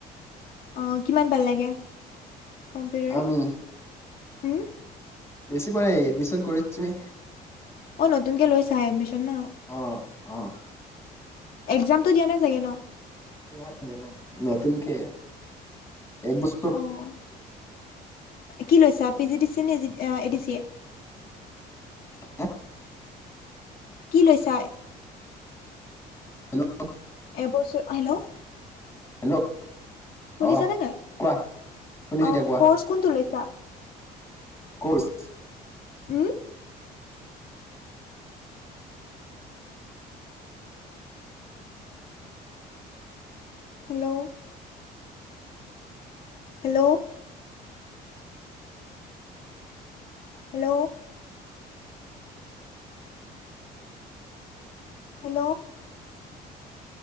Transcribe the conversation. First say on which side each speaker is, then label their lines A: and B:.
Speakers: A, on the left; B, on the left.
A: অ', কিমান পালেগে, কম্পিউটাৰ,
B: আমি
A: উম।
B: বেছি পোৱা নাই এডমিছন কৰিছোঁ হে
A: অ', নতুক কে লৈ চা এডমিছন ন।
B: অ'অ'।
A: একজামটো দিয়া নাই চাগে ন।
B: না দিয়া নাই নতুনকে এক বছৰ
A: অ', কি কৈছা পি জি দিছে নে এ দিচিয়ে।
B: <inaudible>
A: কি লৈছা
B: হেল্ল'।
A: এইবছৰ হেল্ল'।
B: হেল্ল'
A: শুনিছানে
B: অ
A: নাই,
B: কোৱা শুনিছো
A: অ',
B: এতিয়া কোৱা
A: কোৰ্চ কোনতু লৈছা।
B: কৰ্চে।
A: উম। Hello. Hello. Hello. Hello.